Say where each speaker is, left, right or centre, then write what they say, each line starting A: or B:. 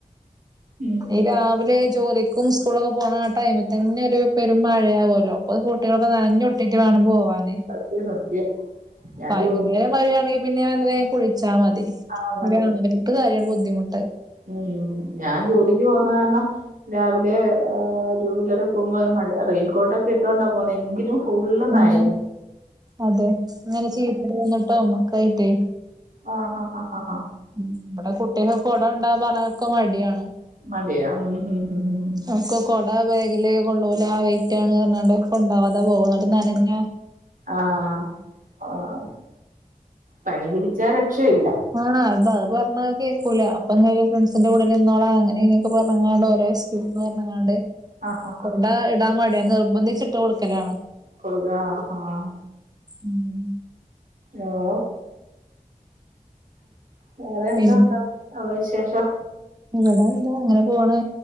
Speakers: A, on the right (about 70°); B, on the right (about 25°).
A: ഉം
B: നീ രാവിലെ ജോലിക്കും സ്കൂളിലൊക്കെ പോണ ആ ടൈമിൽ തന്നെ ഒരു പെരും മഴയാവുമല്ലോ അപ്പൊ കുട്ടികളൊക്കെ നനഞ്ഞൊ ട്ടീട്ട് വേണം പോവാനെ
A: സത്യം സത്യം ഞാൻ
B: വൈകുന്നേരം
A: ജോലി
B: മഴയാണെങ്കിൽ പിന്നെ അത് വേഗം കുളിച്ചാ മതി
A: ആഹ് മതി
B: രാവിലത്ത കാര്യവാണ് ബുദ്ധിമുട്ട്
A: ഉം ഞാൻ ജോലിക്ക് പോന്ന കാരണം രാവിലെ ആഹ് ജൂവലറിയിൽ പോകുമ്പോ മഴ റെയിൻകോട്ടൊക്കെ ഇട്ടൊണ്ടാ പോന്നെ എങ്കിലും ഫുള്ള് നനയും
B: ഉം അതെ ഇങ്ങനെ <unintelligible> ഒക്കെ ആയിട്ടേ
A: ആഹ് ഹ ഹ ഹ ഹ
B: ഉം ഇവിടെ കുട്ടികൾക്ക് കൊട കൊണ്ടുപോവാൻ പറഞ്ഞാലൊക്കെ മടിയാണ്
A: മിടിയാ ഉം ഉം ഉം ഉം ഉം
B: ഞങ്ങക്ക് കൊട ബാഗില് കൊള്ളൂല വെയിറ്റാണ് പറഞ്ഞാണ്ട് കൊണ്ടാവാതെ പോവും എന്നിട്ട് നനഞ്ഞ്
A: ആഹ് ആഹ് പനി പിടിച്ചാ രക്ഷയില്ല
B: ആണ് അത അത് പറഞ്ഞാ കേക്കൂല അപ്പ അങ്ങനെ ഒരു ഫ്രണ്ട്സിന്റെ കൂടെല്ലാം നിന്നോളാം അങ്ങനെ ഇങ്ങനൊക്കെ പറഞ്ഞങ്ങാണ്ട് ഓരോ പറഞ്ഞങ്ങാണ്ട്
A: ആഹ് ഹ ഹ
B: കൊട ഇടാൻ മടിയാ നിർബന്ധിച്ച് ഇട്ട് കൊടുക്കലാണ്
A: കൊടുക്കാൻ ആഹ്
B: ഉം
A: ആഹ് ഓ വേറെ എന്താ
B: പിന്നെ
A: ഉണ്ടോ അവിടെ വിശേഷം
B: ഇവിടെ എന്താ അങ്ങനെ പോണ്